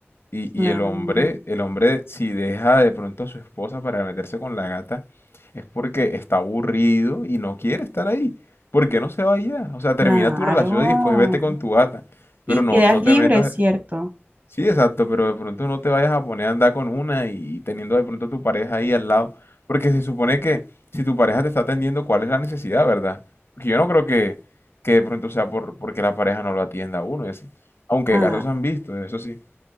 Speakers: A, on the left; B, on the right.
A: Y,
B: Claro,
A: y el hombre, el hombre, si deja de pronto a su esposa para meterse con la gata, es porque está aburrido y no quiere estar ahí. ¿Por qué no se va ya? O sea, termina
B: claro.
A: tu relación y después vete con tu gata.
B: Y
A: Pero
B: quedas
A: no, no
B: libre,
A: te metas.
B: ¿cierto?
A: Sí, exacto, pero de pronto no te vayas a poner a andar con una y teniendo de pronto a tu pareja ahí al lado. Porque se supone que si tu pareja te está atendiendo, ¿cuál es la necesidad, verdad? Porque yo no creo que, que de pronto sea por, porque la pareja no lo atienda a uno y así. Aunque
B: Ah,
A: casos se han visto, eso sí.